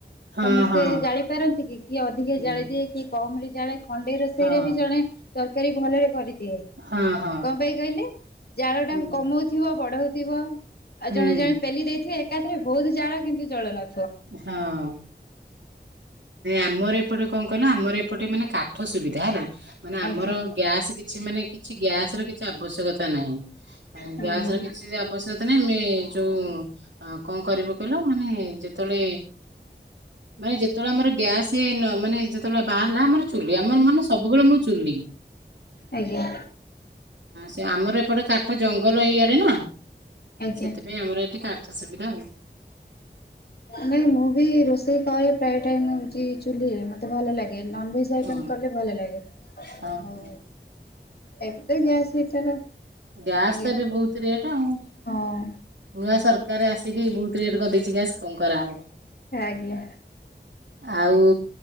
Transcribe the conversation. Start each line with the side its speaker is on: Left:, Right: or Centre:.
Right: ହଁ
Left: ସମସ୍ତେ
Right: ହଁ
Left: ଜାଳି ପାରନ୍ତି କି କିଏ ଅଧିକା
Right: ହୁଁ
Left: ଜାଳି ଦିଏ କିଏ କମ ରେ ଜାଳେ ଖଣ୍ଡେ ରୋଷେଇ
Right: ହଁ
Left: ରେ ବି ଜଣେ ତରକାରୀ ଭଲରେ କରିଦିଏ
Right: ହଁ ହଁ
Left: କଣ ପାଇଁ କହିଲେ? ଜାଳ ଟାକୁ
Right: ହୁଁ
Left: କମଉଥିବ ବଡ ହଉଥିବ ଆଉ
Right: ହୁଁ
Left: ଜଣେ ଜଣେ ପେଲି ଦେଇଥିବେ ଏକା ରେ ବହୁତ ଜାଳ କିନ୍ତୁ ଜଳୁନ
Right: ହଁ ଆମର ଏପଟେ କଣ କହିଲ ଆମର ଏପଟେ ମାନେ କାଠ ଠ ସୁବିଧା ହେଲା। ମାନେ ଆମର
Left: ଆଜ୍ଞା
Right: ଗ୍ୟାସ କିଛି ମାନେ କିଛି ଗ୍ୟାସ ର କିଛି ଆବଶ୍ୟକତା ନାହିଁ
Left: ହଁ
Right: ଗ୍ୟାସ କିଛି ଆବଶ୍ୟକତା ନାହିଁ ଆମେ ଯୋଉ କଣ କରିବୁ କହିଲ ମାନେ ଯେ ତେବେଳେ ମାନେ ଯେତେବେଳେ ଆମର ଗ୍ୟାସ ନ ମାନେ ଯେ ତେବେଳେ ବାହାରିଲା ଆମର ଚୁଲି ଆମର ମନେ ସବୁବେଳେ ମୁଁ ଚୁଲି
Left: ଆଜ୍ଞା।
Right: ସେ ଆମର ଏପଟେ କାଠ ଜଙ୍ଗଲ ଏଇଆଡେ ନା।
Left: ଆଜ୍ଞା।
Right: ସେଥିପାଇଁ ଆମର ଏଠି କାଠ ସୁବିଧା।
Left: ନାଇଁ ମୁଁ ବି ରୋଷେଇ କରେ ପ୍ରାୟ ଟାଇମ ହଉଛି ଚୁଲିରେ ମତେ ମତେ ଭଲ ଲାଗେ ନନଭେଜ ଆଇଟମ୍
Right: ହଁ
Left: କଲେ ଭଲ ଲାଗେ ଆଉ
Right: ହଁ ହଁ
Left: ଏବ୍ ତ ଗ୍ୟାସ ହିଟର
Right: ଗ୍ୟାସ୍
Left: ଆଜ୍ଞା
Right: ତ ଏବେ ବହୁତ ରେଟ୍ ଆଉ
Left: ହଁ
Right: ନୂଆ ସରକାର ଆସିକି ବହୁତ ରେଟ କରିଦେଇ ଛି ଗ୍ୟାସ୍ କଣ କରାହବ
Left: ଆଜ୍ଞା
Right: ଆଉ